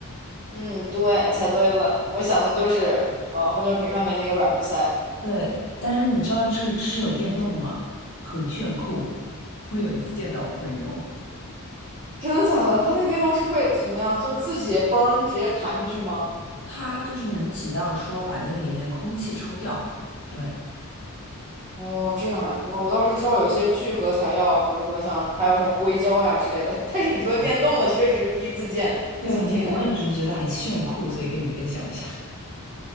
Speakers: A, on the right; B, on the left.
A: 嗯，对，猜对了，我想的就是呃红酒瓶上面那个软木塞。
B: 对，但是你知道这这是有电动的吗？很炫酷。我有一次见到我朋友用，
A: 真的假的？它那个电动是会什么呀？就自己嘣直接弹出去吗？
B: 它就是能起到说把那个里面的空气抽掉。对，
A: 哦，这样呀，哇，我倒是知道有一些聚合材料啊，比如说像还有什么硅胶呀之类的，<laughs> 但是你说电动的，
B: 哦，
A: 确实第一次见，第一次听哎
B: 对，很，我也是觉得很炫酷，所以跟你分享一下。